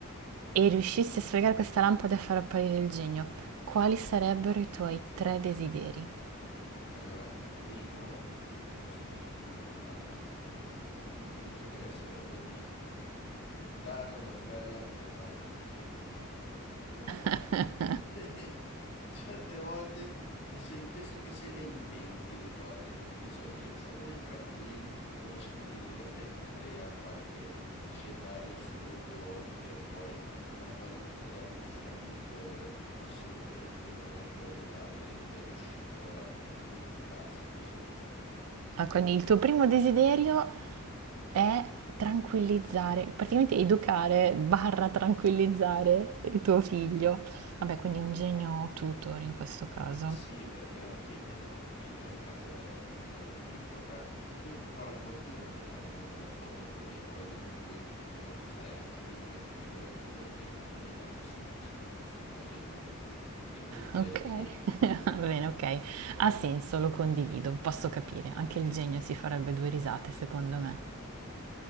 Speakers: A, on the right (about 85°); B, on the left (about 55°).
A: e riuscissi a sfregare questa lampada e a far apparire il genio, quali sarebbero i tuoi tre desideri?
B: Allora, il primo, questo è anche il più importante ovviamente, il primo che gli chiederei sarebbe di dare una bella calmata a mio figlio. <laughs>
A: <laughs>
B: <laughs> Certe volte se- penso che se le inventi le cose, non ti so dire. Siamo lì tranquilli, stiamo cercando di rilassare, e crea qualche scenario assurdo o mi tira fuori una cosa che gli ha detto un suo amico e assolutamente non è perdonabile, non è riuscito a dimenticarsi, non ti so dire.
A: Ah, quindi il tuo primo desiderio è tranquillizzare, praticamente educare barra tranquillizzare il tuo figlio. Vabbè, quindi un genio tutor in questo caso.
B: Eh Sì, perché alla fine la tranquillità in casa è la cosa più importante. Io ho la fortuna di andare molto d'accordo con mia moglie, per cui eh, sarei anche lì tranquillo in casa mia. Ogni tanto se ne esce con queste cose lui, per cui primo desiderio
A: Ok,
B: quello.
A: <laughs> va bene, ok. Ha senso, lo condivido, posso capire. Anche il genio si farebbe due risate, secondo me.